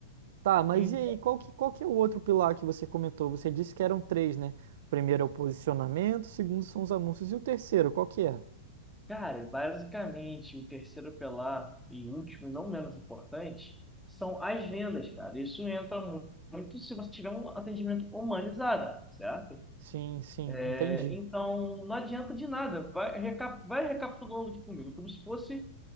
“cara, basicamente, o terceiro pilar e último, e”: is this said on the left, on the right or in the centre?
Centre